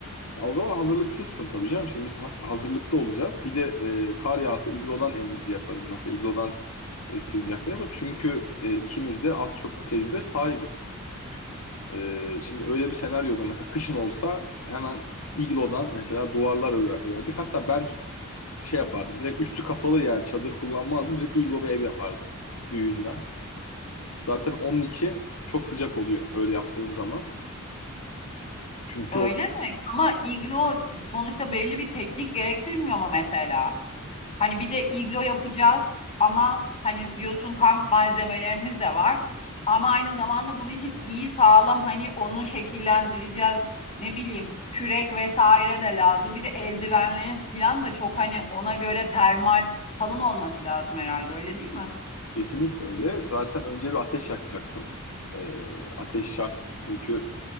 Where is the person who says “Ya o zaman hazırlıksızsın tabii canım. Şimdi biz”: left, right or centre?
Left